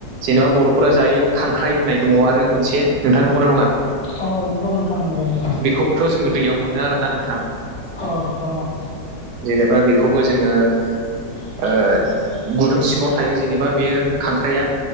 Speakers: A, on the right (about 70°); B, on the left (about 25°).
A: जेनेबा बर'फोरा जायो खांख्राइ होननाय दङ आरो मोनसे नोंथां नंगौना नङा
B: औ नंगौ नोंथां नंगौ नंगौ
A: बेखौबोथ' जोङो दैयाव मोनो आरोना नोंथां
B: अ नोंथां अ
A: जेनेबा बेखौबो जोङो
B: <inaudible>
A: ओ गुदुं सिङाव थायो जेनेबा बेयो खांख्राइया